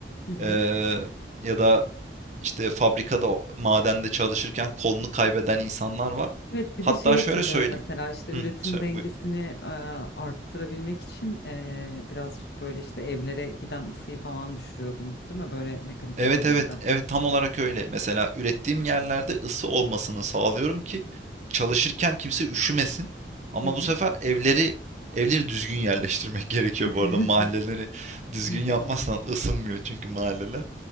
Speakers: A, on the left; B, on the right.
A: Hı hı.
B: Eee, ya da işte fabrikada, o- madende çalışırken kolunu kaybeden insanlar var.
A: Evet bir
B: Hatta
A: de şeyi hatırlıyorum
B: şöyle söyleyeyim.
A: mesela işte üretim
B: Hı, söyle,
A: dengesini
B: buyur.
A: e, arttırabilmek için e, birazcık böyle işte evlere giden ısıyı falan düşürüyordun değil mi? Böyle mekanikler
B: Evet
A: vardı.
B: evet evet tam olarak öyle. Mesela ürettiğim yerlerde ısı olmasını sağlıyorum ki çalışırken kimse üşümesin. Ama
A: Hı hı.
B: bu sefer evleri evleri düzgün yerleştirmek <laughs> gerekiyor
A: <laughs>
B: bu arada. Mahalleleri düzgün
A: Hmm,
B: yapmazsan ısınmıyor çünkü mahalleler.